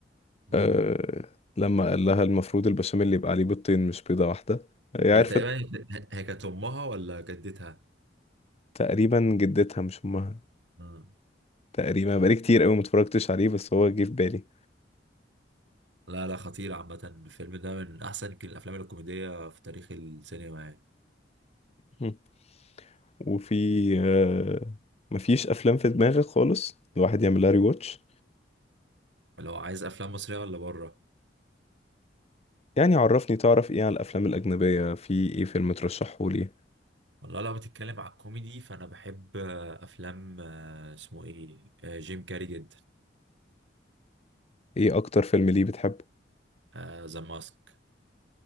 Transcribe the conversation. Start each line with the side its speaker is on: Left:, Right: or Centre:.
Right: مم.
Left: آه لما قال لها المفروض البشاميل اللي يبقى عليه بيضتين مش بيضة واحدة هي عرفت
Right: هي تقريبا هي كانت امها ولا جدتها
Left: تقريبا جدتها مش امها
Right: مم.
Left: تقريبا بقالي كتير قوي متفرجتش عليه بس هو جه في بالي
Right: لا لا خطير عامة الفيلم ده من أحسن يمكن الأفلام الكوميدية في تاريخ السينما يعني
Left: م. وفي آه، مفيش افلام في دماغك خالص الواحد يعملها ري واتش
Right: لو عايز أفلام مصرية ولا بره
Left: يعني عرفني تعرف ايه عن الافلام الاجنبيه في ايه فيلم ترشحه لي
Right: والله لو بتتكلم على الكوميدي فأنا بحب آه، أفلام آه، اسمه إيه آه، جيم كاري جدا
Left: ايه اكتر فيلم ليه بتحبه
Right: آه، ذا ماسك